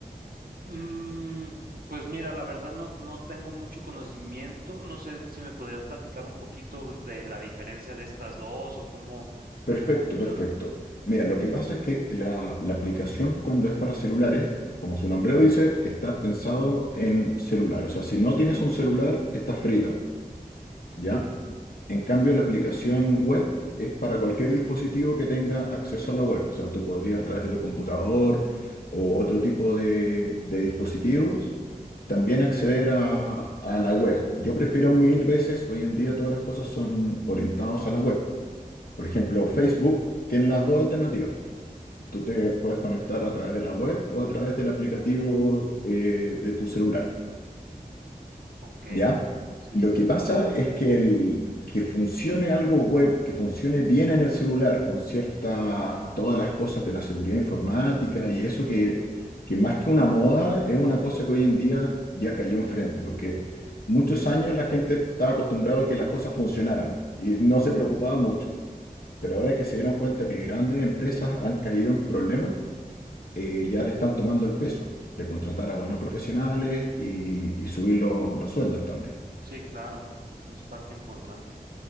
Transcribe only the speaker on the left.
Perfecto,
perfecto. Mira, lo que pasa es que la, la aplicación cuando es para celulares, como su nombre lo dice, está pensado en celular. O sea, si no tienes un celular, estás frito,
¿ya? En cambio, la aplicación web es para cualquier dispositivo que tenga acceso a la web. O sea, tú podrías a través de tu computador o otro tipo de, de dispositivos también acceder a, a la web. Yo prefiero mil veces, hoy en día todas las cosas son orientadas a la web. Por ejemplo,
Facebook tiene las dos alternativas. Tú te puedes conectar a través de la web o a través del aplicativo eh, de tu celular,
¿ya?
Lo
que pasa es que, el, que funcione algo web, que funcione bien en el celular con ciertas, todas las cosas de la seguridad informática y eso que, que más que una moda es una cosa que hoy en día ya cayó enfrente, porque muchos años la gente estaba acostumbrada a que las cosas funcionaran y no se preocupaba mucho. Pero ahora que se dieron cuenta que grandes empresas han caído en problemas, eh, ya le están tomando el peso de contratar a buenos profesionales y, y subir lo- los sueldos también.